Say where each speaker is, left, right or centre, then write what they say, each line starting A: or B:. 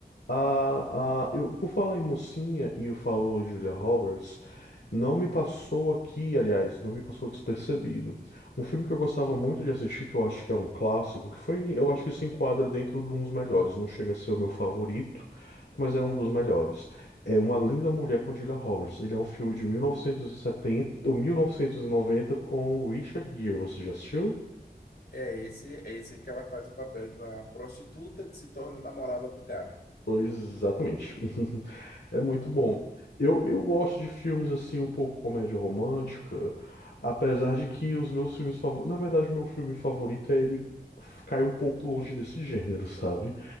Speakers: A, on the left; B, on the left.
A: A, a, eu, por falar em mocinha e eu falo Julia Roberts, não me passou aqui, aliás, não me passou despercebido. Um filme que eu gostava muito de assistir, que eu acho que é um clássico, que foi, eu acho que se enquadra dentro de um dos melhores. Não chega a ser o meu favorito, mas é um dos melhores. É Uma Linda Mulher com Julia Roberts. Ele é um filme de 1970 ou 1990 com Richard Gere. Você já assistiu?
B: É esse, é esse que ela faz o papel de uma prostituta que se torna namorada do cara.
A: Pois, exatamente. <laughs> É muito
B: Uma
A: bom.
B: linda.
A: Eu, eu gosto de filmes assim, um pouco comédia romântica, apesar de que os meus filmes favoritos. Na verdade, o meu filme favorito é ele f- cai um pouco longe desse gênero, sabe?